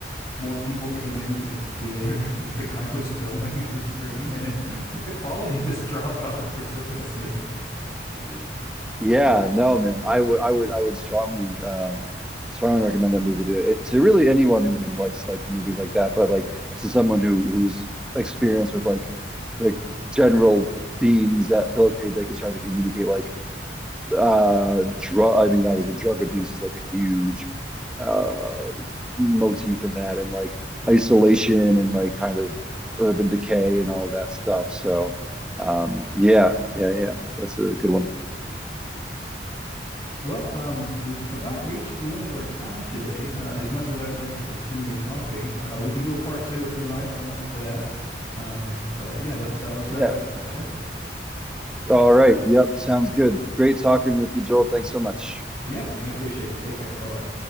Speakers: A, on the left (about 25°); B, in the centre.
A: more people came into the theater <laughs> that the guy was filming on the screen, and it like the quality just <laughs> dropped off precipitously.
B: That's funny. Yeah, no, man. I would, I would, I would strongly, um, strongly recommend that movie to it, to really anyone who, who likes like movies like that. But like to someone who who's experienced with like the general themes that Philip K. Dick is trying to communicate, like uh, drug. I mean, obviously, drug abuse is like a huge uh motif in that, and like isolation and like kind of urban decay and all that stuff. So, um, yeah, yeah, yeah. That's a good one.
A: Well, um, we've about reached the end of our time today. Uh, as much as I would like to continue talking, uh, we can do a part two if you like. I'm up for that. Um, but yeah, let's uh, let's
B: Yeah.
A: wrap it up, shall we?
B: All right. Yep. Sounds good. Great talking with you, Joel. Thanks so much.
A: Yeah, I appreciate it. Take care. Bye bye.